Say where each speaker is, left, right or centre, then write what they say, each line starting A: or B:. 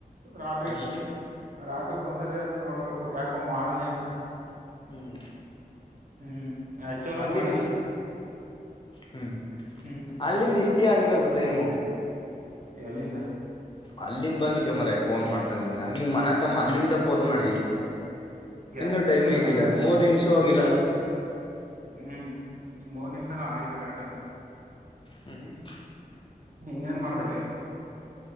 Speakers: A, on the right (about 60°); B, on the left (about 30°).
A: ರಾತ್ರಿ,
B: ಹ್ಮ್
A: ರಾತ್ರಿ ಬಂದ್ರ ಏನ ನೋಡ್ಬೇಕು. ಯಾಕ ಮಾಡನೇ ಇಲ್ಲ.
B: ಹ್ಮ್
A: ಹ್ಮ್. ಎಚ್ಚರು
B: ಅಲ್ಲಿಂದ
A: ಮಾಡಿಲ್ಲ
B: ಇಷ್ಟ ಹ್ಮ್
A: ಹ್ಮ್
B: ಅಲ್ಲಿಂದ ಇಷ್ಟ ತಿ ಆಗಿರೋದು ಟೈಮ್,
A: ಎಲ್ಲಿಂದ,
B: ಅಲ್ಲಿಂದ ಬಂದಿಕಮ್ಮ್ರ ಫೋನ್ ಮಾಡ್ಕೊಂಡ ನಿನ್ನ ನಿಮ್ ಮನ
A: ಹ್ಮ್
B: ತಮ್ಮ ಅಲ್ಲಿಂದ ಫೋನ್ ಮಾಡ್ದಿ. ಇನ್ನುೂ
A: ಎಷ್ಟೀಗ
B: ಟೈಮ್ ಆಗಿಲ್ಲ ಮೂರ್ ನಿಮಿಷ ಹೋಗಿಲ್ಲ.
A: ಹ್ಮ್ ಮೂರ್ ನಿಮಿಷನು ಆಗಿಲ್ಲ ಆಗರ್ತಾನೆ.
B: ಹ್ಮ್.
A: ಹ್ಮ್ ಬೀ ಇನ್ನೇನ್ ಮಾಡ್ದೇ.